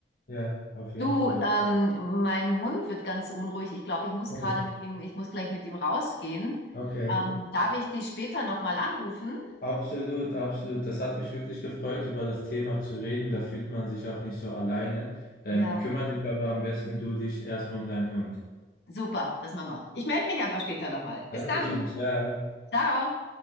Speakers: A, on the left (about 55°); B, on the left (about 75°).
A: Ja, auf jeden
B: Du,
A: Fall.
B: ähm, mein Hund wird ganz unruhig. Ich glaube, ich muss
A: Oh,
B: gerade
A: ja.
B: mit ihm, ich muss gleich mit ihm rausgehen.
A: okay.
B: Ähm, darf ich dich später nochmal anrufen?
A: Absolut, absolut. Das hat mich wirklich gefreut, über das Thema zu reden. Da fühlt man sich auch nicht so alleine. Ähm,
B: Ja.
A: kümmere dich aber am besten du dich erstmal um deinen Hund.
B: Super, das machen wir. Ich melde mich einfach später nochmal. Bis
A: Dankeschön,
B: dann.
A: ciao.
B: Ciao.